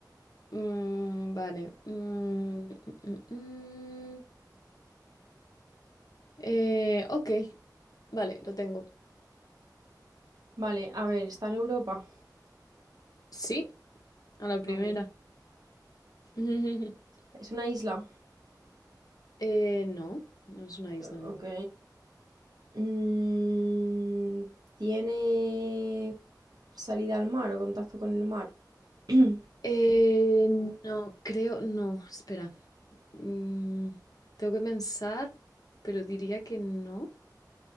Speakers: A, on the left; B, on the right.
A: mm, vale. Mm, mm, mm, mm. Eh, ok. Vale, lo tengo.
B: Vale, a ver, ¿está en Europa?
A: Sí, a la primera.
B: Ah, mira.
A: <laughs>
B: Es una isla.
A: Eh, no, no es una isla,
B: Eh,
A: no.
B: Ok. Mm, ¿tiene salida al mar o contacto con el mar? <clears throat>
A: Eh, no, creo, no, espera. Mm, tengo que pensar, pero diría que no.